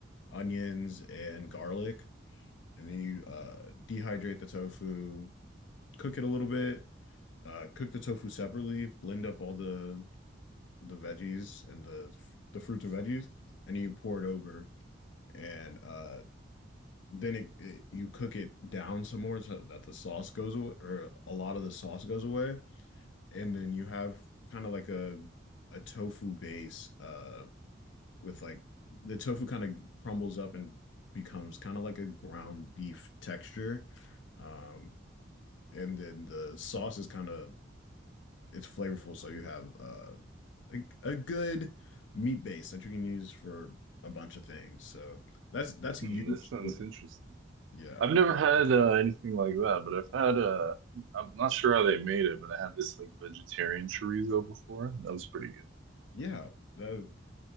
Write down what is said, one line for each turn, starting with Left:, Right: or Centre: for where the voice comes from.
Left: onions and garlic, and then you uh dehydrate the tofu, cook it a little bit, uh, cook the tofu separately, blend up all the the veggies and the the fruits and veggies, and you pour it over, and uh, then it, it you cook it down some more so that the sauce goes away, or a lot of the sauce goes away, and then you have kind of like a a tofu base uh with like the tofu kind of crumbles up and becomes kind of like a ground beef texture. Um, and then the sauce is kind of it's flavorful, so you have uh, a a good meat base that you can use for a bunch of things. So that's that's
Right: Hmm,
Left: used
Right: this sounds
Left: with
Right: interesting.
Left: yeah.
Right: I've never had uh, anything like that, but I've had uh, I'm not sure how they made it, but I had this like vegetarian chorizo before, and that was pretty good.
Left: Yeah. That